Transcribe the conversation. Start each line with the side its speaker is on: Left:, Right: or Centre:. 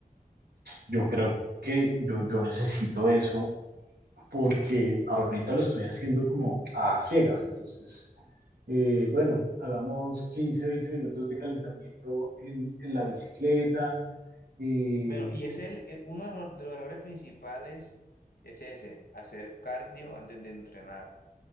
Right: Yo creo que yo, yo necesito eso porque ahorita lo estoy haciendo como a ciegas. Entonces, eh, bueno, hagamos 15 20 minutos de calentamiento en, en la bicicleta. Eh,
Left: Bueno, y es el, eh, uno de los de los errores principales es ese, hacer cardio antes de entrenar.